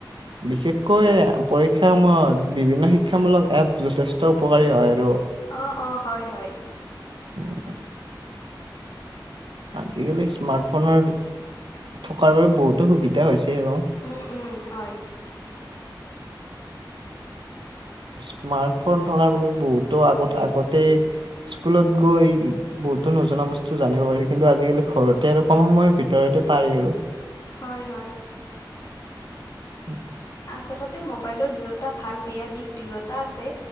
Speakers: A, on the right; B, on the left.
A: বিশেষকৈ পৰীক্ষাৰ সময়ত বিভিন্ন শিক্ষামূলক এপ যথেষ্ট উপকাৰী হয় আৰু উম
B: অ' অ' হয় হয়
A: আজিকালি স্মাৰ্টফোনৰ থকাৰ বাবে বহুতো সুবিধা হৈছে আৰু
B: উম উম হয়।
A: ব <unintelligible> স্মাৰ্টফোন থকাৰ বাবে বহুতো আগত আগতেই স্কুলত গৈ এই বহুত নজনা বচ্ চু জানিব পাৰি কিন্তু আজিকালি ঘৰতে আৰু কম সময়ৰ ভিতৰতে পাৰি আৰু
B: হয় হয়
A: উ
B: আচলতে মবাইলৰ দু এট টা ভাল বেয়া দিশ দুয়োটা আছে